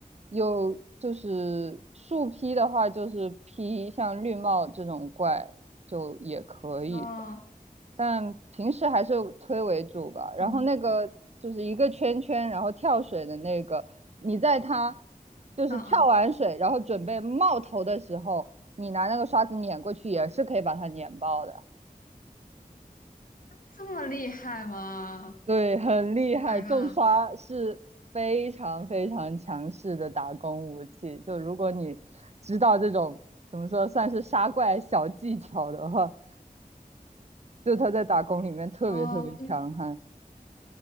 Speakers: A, on the right; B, on the left.
A: 有就是树劈的话，就是劈像绿帽这种怪就也可以，
B: 哦，
A: 但平时还是推为主吧。然后那个就是一个圈圈，
B: 嗯
A: 然后跳水的那个，你在它就是跳完水，
B: 嗯嗯，
A: 然后准备冒头的时候，你拿那个刷子碾过去，也是可以把它碾爆的。
B: 这么厉害吗
A: 对，很厉害，
B: ？Oh my
A: 重刷是非常非常强势的打工武器。
B: god！
A: 就如果你知道这种怎么说，算是杀怪小技巧的话，就他在打工里面特别特别强悍。
B: 哦，你